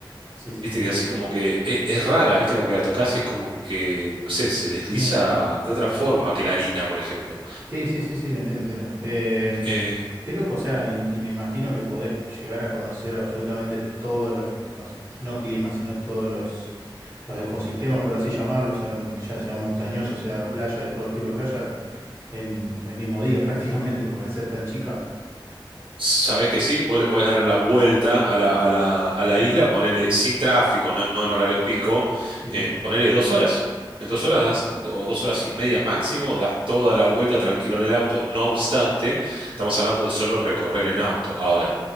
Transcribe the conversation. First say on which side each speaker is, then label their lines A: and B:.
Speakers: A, on the right; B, on the right.
A: sí, sí,
B: Viste
A: sí.
B: que es así como que e- es, rara, viste como que la tocas y es como que, no sé, se desliza
A: Bien.
B: de otra forma que la harina, por ejemplo.
A: Sí, sí, sí, sí, lo entiendo, entiendo. Em,
B: Eh,
A: qué loco, o sea, y, y me imagino que podés llegar a conocer absolutamente todos los, los- no climas, sino todos los, los ecosistemas, por así llamarlos, o sea mm, ya sean montañosos, sea playa, de todos los tipos de playas, en el mismo día <laughs> prácticamente, porque al ser tan chica.
B: sabés que sí, vos le podés dar la vuelta a la, a la, a la isla, ponerle sin tráfico, no, no en horario pico,
A: Sí,
B: en
A: sí,
B: ponerle dos horas. En dos horas das, o dos horas y media máximo, das toda la vuelta tranquilo en el auto. No obstante, estamos hablando de solo recorrer en auto. Ahora,